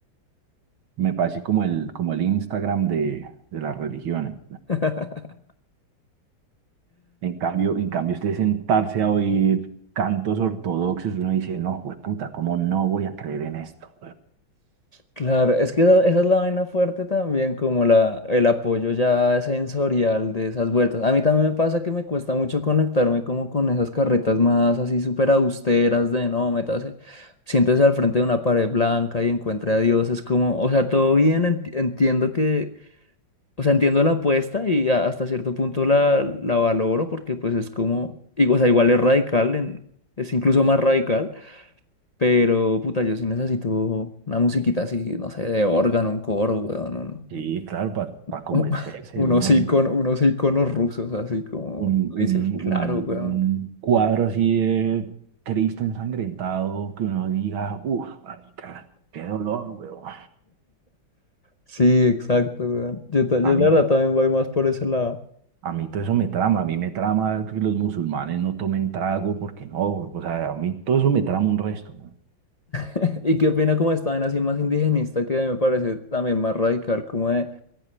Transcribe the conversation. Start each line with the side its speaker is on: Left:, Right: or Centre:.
Right: me parece como el, como el Instagram de, de las religiones.
Left: <laughs>
Right: En cambio, en cambio, usted sentarse a oír cantos ortodoxos, uno dice, no, pues puta, ¿cómo no voy a creer en esto?
Left: Claro, es que esa, esa es la vaina fuerte también, como la, el apoyo ya sensorial de esas vueltas. A mí también me pasa que me cuesta mucho conectarme como con esas carretas más así súper austeras de no, métase, siéntese al frente de una pared blanca y encuentre a Dios. Es como, o sea, todo bien, enti- entiendo que, o sea, entiendo la apuesta y a- hasta cierto punto la, la valoro porque pues es como, y, o sea, igual es radical, en- es incluso más radical. Pero, puta, yo sí necesito una musiquita así, no sé, de órgano, un coro, weón, un-
Right: Sí, claro, para convencerse,
Left: un- <laughs> unos
Right: weón.
Left: iconos, unos iconos rusos, así como
Right: Un, un,
Left: dice, "Uy, claro,
Right: un,
Left: weón.
Right: un cuadro así de Cristo ensangrentado que uno diga, uff, marica, qué dolor, weón.
Left: Sí, exacto, weón. Yo, ta- yo
Right: A
Left: la
Right: mí,
Left: verdad también voy más por ese lado.
Right: a mí todo eso me trama, a mí me trama que los musulmanes no tomen trago porque no, o sea, a mí todo eso me trama un resto, weón.
Left: <laughs> Y qué opina como estaban así más indigenista, que me parece también más radical, como de,